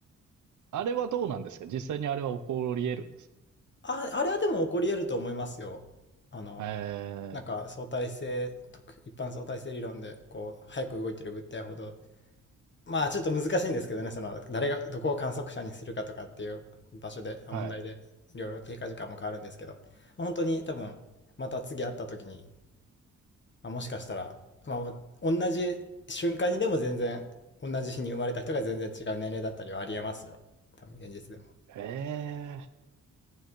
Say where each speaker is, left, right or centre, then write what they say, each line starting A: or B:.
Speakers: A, on the right (about 75°); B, on the left (about 40°).
A: あれはどうなんですか実際にあれは起こり得るんです
B: <laughs> あ、あれはでも起こり得ると思いますよ。あの、
A: かえ
B: なんか相対性、特一般相対性理論で、こう、早く動いてる物体ほどまあちょっと難しいんですけどね、その誰がどこを観測者にするかとかっていう場所で、あ問題でいろいろ経過時間も変わるんですけど、
A: ー、はい。
B: 本当に多分また次会った時に、まあもしかしたら、まあ、同じ瞬間にでも全然同じ日に生まれた人が全然違う年齢だったりはありえますよ。多分現実でも。
A: え